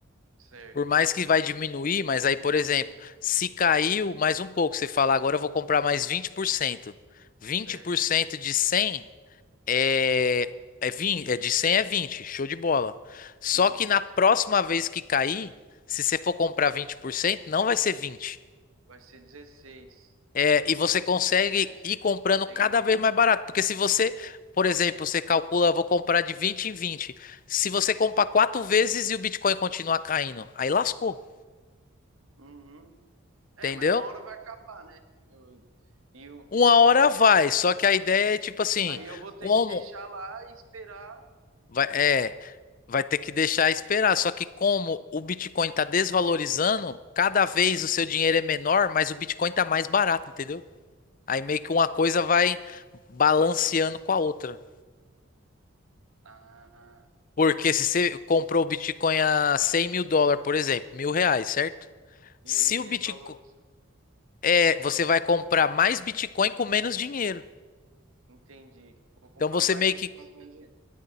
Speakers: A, on the right; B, on the left.
A: Certo,
B: Por mais que vai diminuir, mas aí, por exemplo, se caiu mais um pouco, você fala, agora eu vou comprar mais vinte Vinte por cento. vinte
A: certo.
B: por cento de 100 é, é 20, é de 100 é 20, show de bola. Só
A: Isso.
B: que na próxima vez que cair, se você for comprar 20%, não vai ser 20.
A: Vai ser 16.
B: É, e você consegue
A: É,
B: ir comprando
A: entendi.
B: cada vez mais barato. Porque se você, por exemplo, você calcula, vou comprar de 20 em 20. Se você comprar quatro vezes e o Bitcoin continuar caindo, aí lascou,
A: Uhum. É,
B: entendeu?
A: mas uma hora vai acabar, né? Eu, e eu,
B: Uma hora
A: é.
B: vai, só que a ideia é tipo assim,
A: Aí eu vou ter
B: como
A: que deixar lá e esperar.
B: vai, é, vai ter que deixar esperar. Só que como o Bitcoin está desvalorizando, cada vez o seu dinheiro é menor, mas o Bitcoin está mais barato, entendeu? Aí meio que
A: Uhum.
B: uma coisa vai balanceando com a outra.
A: Ah,
B: Porque se você
A: entendi.
B: comprou o Bitcoin a cem mil dólares, por exemplo, mil reais, certo?
A: E
B: Se
A: ele desvalorizou.
B: o Bitcoin. É, você vai comprar mais Bitcoin com menos dinheiro.
A: Entendi. Vou comprar
B: Então você
A: mais
B: meio
A: Bitcoin
B: que
A: com dinheiro.